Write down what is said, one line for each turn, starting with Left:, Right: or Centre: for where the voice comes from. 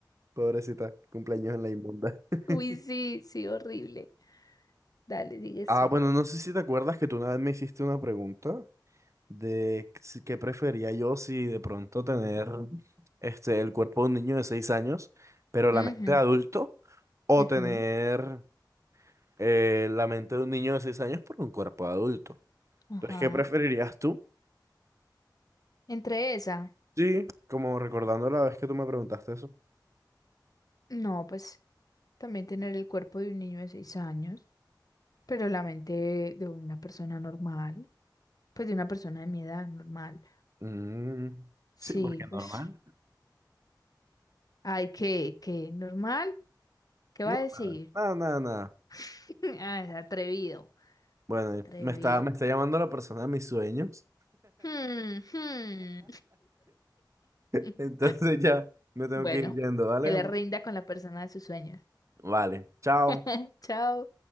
Right: pobrecita, cumpleaños en la inmunda. <laughs>
Left: Uy, sí, sí, horrible. Dale, sigue eso.
Right: Ah, bueno, no sé si te acuerdas que tú una vez me hiciste una pregunta de si- qué prefería yo si de pronto tener este, el cuerpo de un niño de seis años, pero la
Left: Ujú,
Right: mente de adulto, o
Left: ujú,
Right: tener eh, la mente de un niño de seis años, pero un cuerpo de adulto. Entonces,
Left: Ajá.
Right: ¿qué preferirías tú?
Left: Entre esa,
Right: Sí, como recordando la vez que tú me preguntaste eso.
Left: no, pues también tener el cuerpo de un niño de seis años, pero la mente de una persona normal, pues de una persona de mi edad normal.
Right: Mm,
Left: Sí,
Right: sí, porque normal.
Left: pues, ay, ¿qué, qué, normal? ¿Qué
Right: No,
Left: va a decir?
Right: nada, nada, nada, nada.
Left: <laughs> Ah, es atrevido,
Right: Bueno,
Left: atrevido.
Right: y me está, me está llamando la persona de mis sueños.
Left: Hmm, hmm.
Right: <laughs> Entonces
Left: <laughs> <laughs>
Right: ya me tengo
Left: Bueno,
Right: que ir yendo, ¿vale?
Left: que le rinda con la persona de sus sueños.
Right: Vale, chao.
Left: <laughs> Chao.